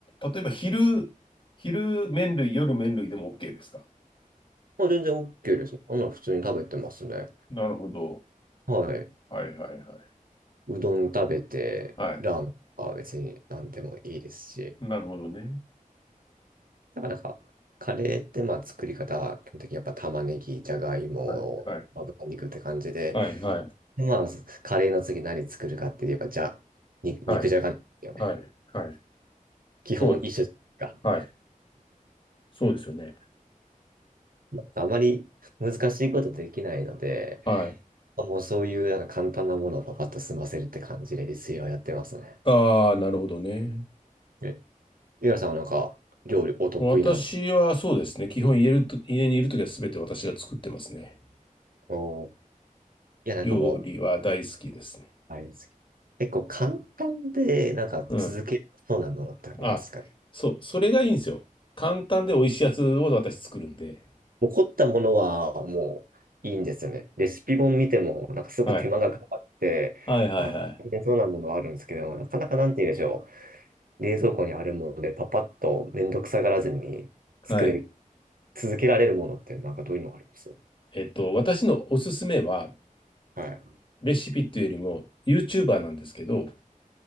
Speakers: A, on the left; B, on the right.
A: 例えば昼、昼麺類、夜麺類でも OK ですか
B: まあ全然 OK です。あんなの普通に食べてますね。
A: なるほど。
B: はい。
A: はいはいはい。
B: うどん食べて、
A: はい。
B: ラーメンは別に何でもいいですし、
A: なるほどね。
B: なからなんか、カレーってまあ作り方、基本的にやっぱ玉ねぎ、じゃがいも、
A: はいはい。
B: まあ、豚肉って感じで、
A: はい、はい、
B: でまあ、カレーの次何作るかって言えば、じゃ、肉、
A: はい、
B: 肉じゃがなんですよね。
A: はい、はい。
B: 基本一緒じゃないですか。
A: そうです。はい。そうですよね。
B: <laughs> あまり難しいことできないので、
A: はい。
B: もうそういうなんか簡単なものをパパッと済ませるって感じで自炊はやってますね。
A: ああ、なるほどね。
B: え、ゆらさんはなんか料理お得意なんだ。
A: もう私はそうですね。基本家ると、家にいるときはすべて私が作ってますね。
B: おーいや、なんかもう、
A: 料理は大好きですね。
B: あれです結構簡単でなんか続けそうなものってありますかね
A: うん。あ、そう。それがいいんですよ。簡単で美味しいやつを私作るんで。
B: もう凝ったものはもういいんですよね。レシピ本見てもなんかすぐ手間がかかって、
A: はい。はいはいはい。
B: あ、大変そうなものはあるんですけども、なかなかなんて言うんでしょう。冷蔵庫にあるものでパパッとめんどくさがらずに作れ、
A: はい。
B: 続けられるものってなんかどういうのがあります
A: えっと、私のおすすめは、
B: はい。
A: レシピっていうよりも、YouTuber なんですけど、